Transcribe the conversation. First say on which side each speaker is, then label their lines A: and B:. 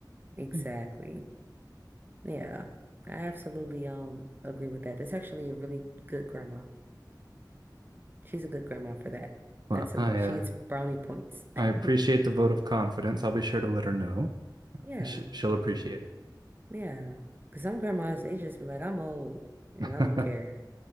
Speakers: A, on the right (about 25°); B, on the right (about 65°).
A: exactly.
B: <laughs>
A: Yeah, I absolutely um agree with that. That's actually a really good grandma. She's a good grandma for that.
B: Well,
A: That's
B: I
A: a she
B: uh,
A: gets brownie points. <laughs>
B: I appreciate the vote of confidence. I'll be sure to let her know.
A: Yeah.
B: She, she'll appreciate it.
A: Yeah. Because some grandmas, they just be like, I'm old and
B: <laughs>
A: I don't care.